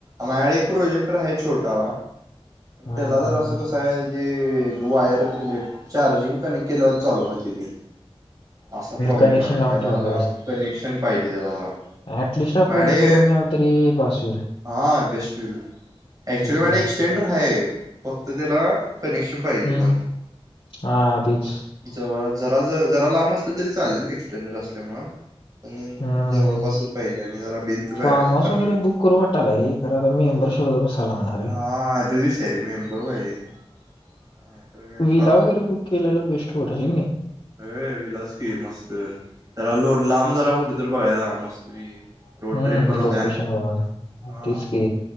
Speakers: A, on the right (about 35°); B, on the left (about 60°).
A: माझ्याकडं एक प्रोजेक्टर आहे छोटा
B: हा
A: तेला जरासं
B: हा
A: कसं आहे ते वायर म्हणजे चार्जिंग कनेक्ट केल्यावरच चालू होतंय ते असा प्रॉब्लेम
B: कनेक्शन
A: आहे
B: लावून
A: त्याला
B: ठेवायला
A: जरा
B: पाहिजे
A: कनेक्शन पाहिजे त्याला जरा
B: ऍटलिस्ट आपल्याला
A: मॅडे
B: एक रूम मिळाली तरी बास होणाराय
A: हा बेस्ट होईल ऍक्चुली माझ्याकडं
B: घ्या
A: एक्सटेंडर हाय फक्त त्याला कनेक्शन पाहिजे
B: हम्म
A: पण
B: हा तेच
A: जवळ जरा ज जरा लांब असलं तरी चालेल एक्स्टेंडर असल्यामुळं पण
B: हम्म
A: जवळपासच
B: हम्म
A: पाहिजे आणि जरा भिंत पाहिजे
B: फार्म हाऊस
A: चांगली
B: वगैरे बुक करू वाटायला रे कारण आता मेंबर शोधत बसायला लागणार रे
A: हा तोच विषय आहे रे मेंबर पाहिजे नाहीतर काय
B: व्हिला वगैरे बुक केलेलं बेस्ट वाटालंय कनी
A: ए व्हिलाच की मस्त जरा लोण लांब जरा कुठं तरी बघायचं बाबा मस्तपैकी रोड
B: हम्म
A: ट्रिप पण होते
B: लोकेशन बघून
A: हा
B: तेच की